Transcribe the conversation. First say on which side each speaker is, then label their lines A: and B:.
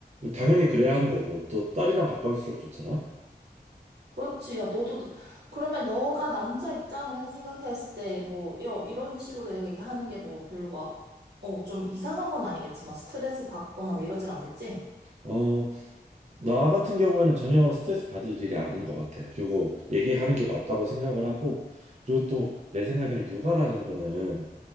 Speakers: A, on the right; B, on the right.
A: 당연히 그래야 하는 거고 또 딸이랑 가까울수록 좋잖아.
B: 그렇지. 야, 너도, 그러면 너가 남자 입장에서 생각했을 때, 뭐, 여, 이런 식으로 얘기하는 게 뭐 별로 막, 어, 좀 이상한 건 아니겠지만, 스트레스 받거나 막 이러진 않겠지?
A: 어, 나 같은 경우에는 전혀 스트레스 받을 일이 아닌 것 같아. 그리고 얘기하는 게 맞다고 생각을 하고 그리고 또 내 생각에는 육아라는 거는